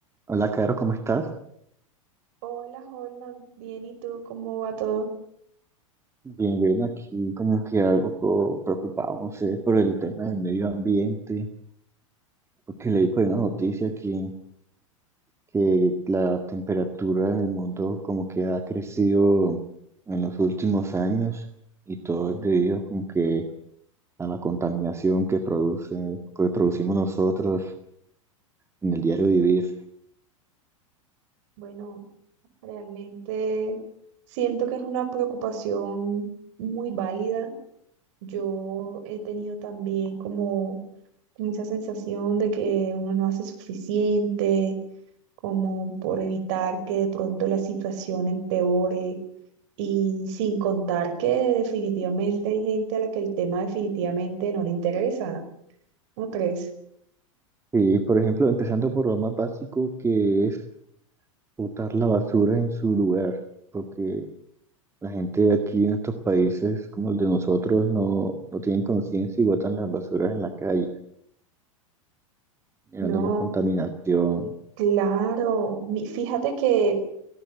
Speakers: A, on the right; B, on the right.
A: Hola, Caro, ¿cómo estás?
B: Hola, Holman. Bien, ¿y tú cómo va todo?
A: Bien, bien, aquí como que algo co- preocupado, no sé, por el tema del medio ambiente, porque leí por una noticia que, que la temperatura en el mundo como que ha crecido en los últimos años y todo es debido como que a la contaminación que produce, que producimos nosotros en el diario vivir.
B: Bueno, realmente siento que es una preocupación muy válida. Yo he tenido también como, como esa sensación de que uno no hace suficiente, como por evitar que de pronto la situación empeore. Y sin contar que definitivamente hay gente a la que el tema definitivamente no le interesa, ¿no crees?
A: Y, por ejemplo, empezando por lo más básico que es botar la basura en su lugar, porque La gente de aquí en estos países como el de nosotros no, no tienen conciencia y botan las basuras en la calle, llevando
B: No.
A: más contaminación.
B: Claro, mi- fíjate que